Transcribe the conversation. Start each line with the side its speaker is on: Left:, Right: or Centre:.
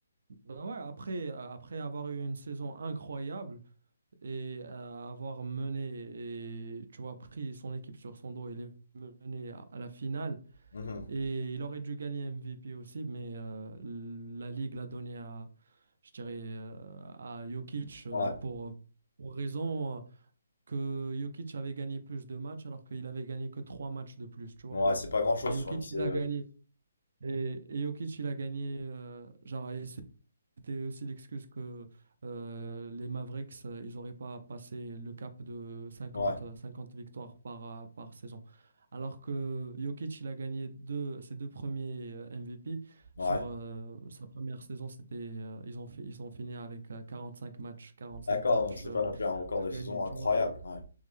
Right: Ben ouais, après, euh, après avoir eu une saison incroyable et euh, avoir mené et tu vois, pris son équipe sur son dos, il est mené à, à la finale
Left: Mhm.
Right: et il aurait dû gagner MVP aussi, mais euh, la Ligue l'a donné à, je dirais, euh, à Jokic euh,
Left: Ouais,
Right: pour, pour raison euh, que Jokic avait gagné plus de matchs alors qu'il avait gagné que trois matchs de plus, tu vois.
Left: ouais, c'est pas grand-chose
Right: Et Jokic,
Left: sur une, c'est,
Right: il a gagné. Et, et Jokic, il a gagné, euh, genre, et c'était aussi l'excuse que euh, les Mavericks, euh, ils n'auraient pas passé le cap de cinquante
Left: ouais,
Right: euh, 50 victoires par, euh, par saison. Alors que Jokic, il a gagné deux, ses deux premiers euh, MVP.
Left: ouais.
Right: Sur euh, sa première saison, c'était, euh, ils ont, fi- ils ont fini avec euh, cinq matchs, 45
Left: D'accord,
Right: matchs
Left: donc c'était
Right: euh,
Left: pas non plus un record
Right: de
Left: de
Right: gagnés,
Left: saison
Right: tu
Left: incroyable.
Right: vois.
Left: Ouais,